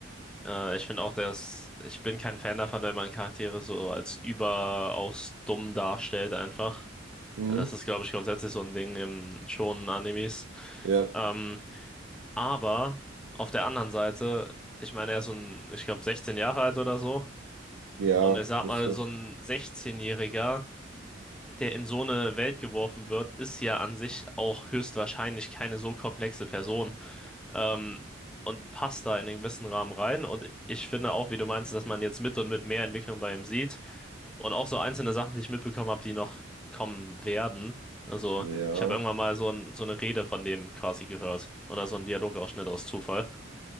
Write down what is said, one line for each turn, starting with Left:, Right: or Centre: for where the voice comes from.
Centre: Äh, ich finde auch, dass ich bin kein Fan davon, wenn man Charaktere so als überaus dumm darstellt einfach.
Right: Mhm.
Centre: Das ist, glaube ich, grundsätzlich so ein Ding im Shonen-Animes.
Right: Ja.
Centre: Ähm, aber auf der anderen Seite, ich meine, er ist so ein, ich glaube, 16 Jahre alt oder so.
Right: Ja,
Centre: Und ich sag
Right: müsste.
Centre: mal, so ein 16-Jähriger der in so eine Welt geworfen wird, ist ja an sich auch höchstwahrscheinlich keine so komplexe Person. Ähm, und passt da in einen gewissen Rahmen rein. Und ich finde auch, wie du meinst, dass man jetzt mit und mit mehr Entwicklung bei ihm sieht. Und auch so einzelne Sachen, die ich mitbekommen habe, die noch kommen werden. Also,
Right: Ja.
Centre: ich habe irgendwann mal so, ein, so eine Rede von dem quasi gehört. Oder so einen Dialogausschnitt aus Zufall.